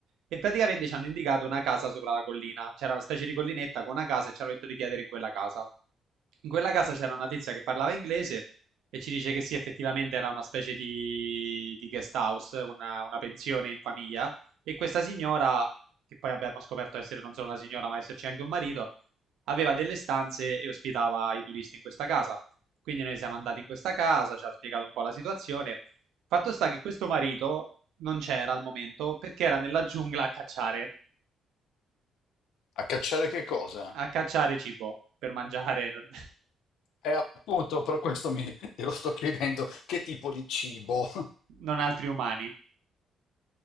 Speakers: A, on the right; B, on the left.
A: E praticamente ci hanno indicato una casa sopra la collina. C'era una specie di collinetta con una casa e ci hanno detto di chiedere in quella casa. In quella casa c'era una tizia che parlava inglese e ci dice che sì, effettivamente era una specie di, di guest house, una, una pensione in famiglia. E questa signora che poi abbiamo scoperto essere non solo una signora, ma esserci anche un marito, aveva delle stanze e ospitava i turisti in questa casa. Quindi noi siamo andati in questa casa, ci ha spiegato un po' la situazione. Fatto sta che questo marito non c'era al momento perché era nella giungla a cacciare,
B: a cacciare che cosa?
A: a cacciare cibo per mangiare <laughs>
B: E appunto per questo mi, te lo sto chiedendo, che tipo di cibo? <laughs>
A: non altri umani.